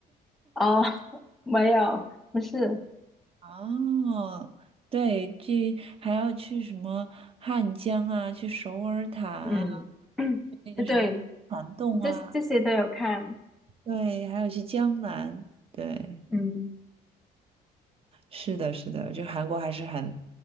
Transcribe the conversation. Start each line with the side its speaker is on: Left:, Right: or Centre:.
Centre: 哦，<laughs> 没有，不是，
Right: 哦，对，去还要去什么汉江啊，去首尔塔啊，
Centre: 嗯，<clears throat>
Right: 去那个什么涵洞啊，
Centre: 对，这这些都有看，
Right: 对，还要去江南，对，
Centre: 嗯。
Right: 是的，是的，就韩国还是很